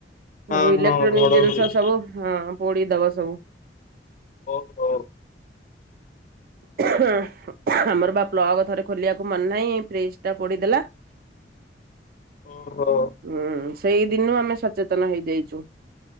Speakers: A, on the left; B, on the right.
A: ହଁ
B: ସବୁ ଇଲେକ୍ଟ୍ରୋନିକ
A: ହଁ ଘଡଘଡି
B: ଜିନିଷ ସବୁ ହଁ ପୋଡି ଦବା ସବୁ।
A: ଓହ।
B: ହଁ ଆମର ବା ପ୍ଲଗ ଥରେ ଖୋଲିବାକୁ ମନେ ନାହିଁ ଫ୍ରିଜ ଟା ପୋଡିଦେଲା। <inaudible>
A: ଓହୋ।
B: ହୁଁ ସେଇ ଦିନୁ ଆମେ ସଚେତନ ହେଇଯାଇଚୁ